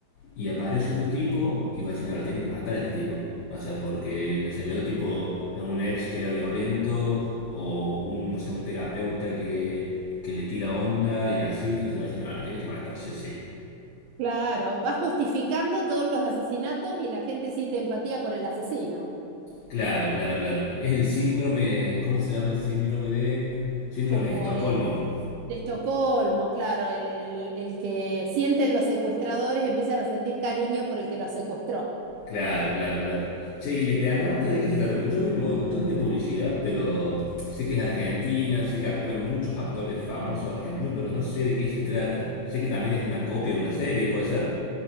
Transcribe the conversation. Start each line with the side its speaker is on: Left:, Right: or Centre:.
Left: y aparece otro tipo y va a decir, no, lo tiene que matar a este tipo. O sea, porque no el otro tipo es un ex que era violento o un, no sé, un terapeuta que, que le tira onda y así, ¿viste? Entonces va a decir, no, lo tiene que matar, sí o sí.
Right: Claro, va justificando todos los asesinatos y la gente siente empatía por el asesino,
Left: Claro, claro, claro. Es el síndrome, ¿cómo se llama el síndrome de... Síndrome
Right: como
Left: de Estocolmo.
Right: el de Estocolmo, claro, el, el, el que sienten los secuestradores empiezan a sentir cariño por el que los secuestró.
Left: Claro, claro, claro. Che, y le Lete Arnauta, ¿de qué se trata? Porque yo vi un montón de publicidad, pero sé que es argentina, sé que actúan muchos actores famosos argentinos, pero no sé de qué se trata. Sé que también es una copia de una serie, ¿puede ser?